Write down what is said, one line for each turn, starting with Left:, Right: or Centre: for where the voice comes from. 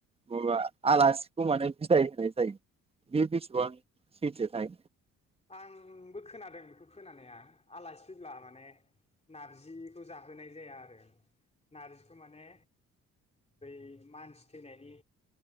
Right: माबा आलासिखौ माने बिदाय होनाय जायो बे बेसेबां सैथो थाय।
Left: आंबो खोनादों बेखौ खोनानाया आलासि फैब्ला माने नार्जिखौ जाहोनाय जाया आरो नार्जिखौ माने बै मानसि थैनायनि